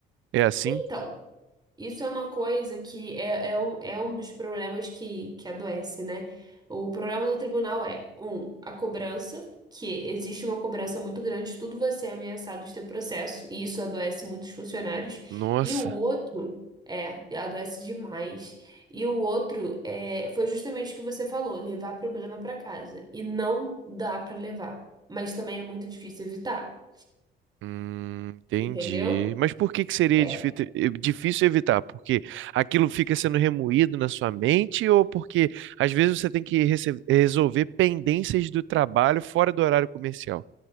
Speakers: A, on the right (about 75°); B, on the right (about 20°).
A: É assim?
B: então Isso é uma coisa que é, é, um, é um dos problemas que, que adoece, né? O problema do tribunal é, um, a cobrança, que existe uma cobrança muito grande, tudo vai ser ameaçado de ter processo, e isso adoece muitos funcionários.
A: Nossa.
B: E o outro, é, adoece demais. E o outro é, foi justamente o que você falou, levar problema para casa. E não dá para levar, mas também é muito difícil evitar,
A: Hum, entendi.
B: entendeu?
A: Mas por que que seria
B: É,
A: difí- eh, difícil evitar? Porque aquilo fica sendo remoído na sua mente ou porque às vezes você tem que rece- resolver pendências do trabalho fora do horário comercial?